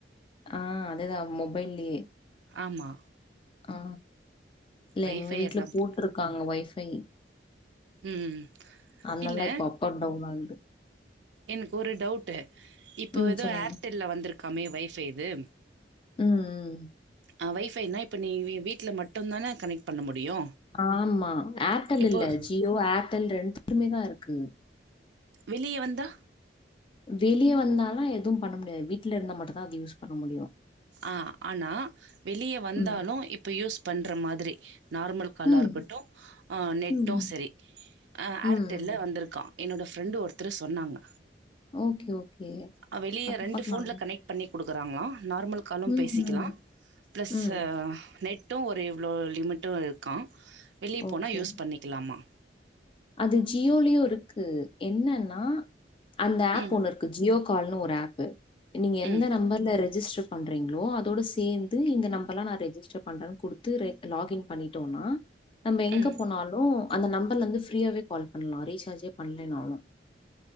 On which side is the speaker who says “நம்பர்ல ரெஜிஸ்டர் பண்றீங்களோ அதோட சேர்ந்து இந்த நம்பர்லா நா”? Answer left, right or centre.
Left